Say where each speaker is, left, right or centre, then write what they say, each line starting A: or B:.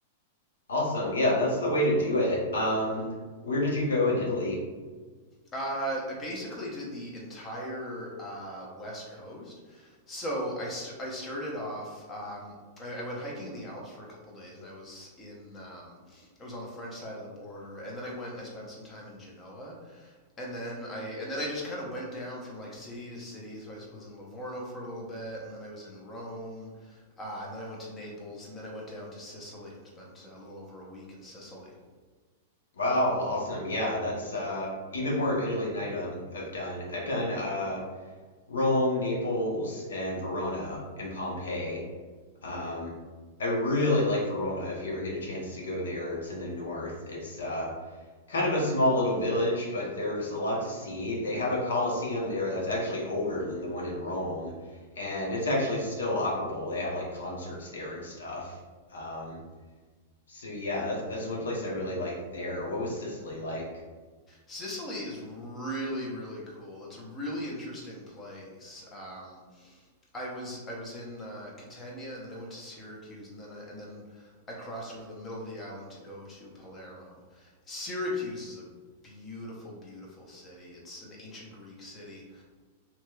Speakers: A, on the left; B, on the left.
A: Awesome. Yeah, that's the way to do it. Um, where did you go in Italy?
B: Uh, I basically did the entire uh, West Coast. So I, st- I started off. Um, I, I went hiking in the Alps for a couple days, and I was in. Um, I was on the French side of the border, and then I went and I spent some time in Genoa, and then I and then I just kind of went down from like city to city. So I was in Livorno for a little bit, and then I was in Rome, uh, and then I went to Naples, and then I went down to Sicily and spent a little over a week in Sicily.
A: Wow, awesome. Yeah, that's uh even more of Italy than I done, I've done. I've done uh Rome, Naples, and Verona and Pompeii. Um I really like Verona if you ever get a chance to go there. It's in the north. It's uh kind of a small little village, but there's a lot to see. They have a Colosseum there that's actually older than the one in Rome, and it's actually still operable. They have like concerts there and stuff. Um so yeah, that's that's one place I really like there. What was Sicily like?
B: Sicily is really really cool. It's a really interesting place. Um, I was I was in uh, Catania and then I went to Syracuse and then I, and then I crossed over the middle of the island to go to Palermo. Syracuse is a beautiful beautiful city. It's an ancient Greek city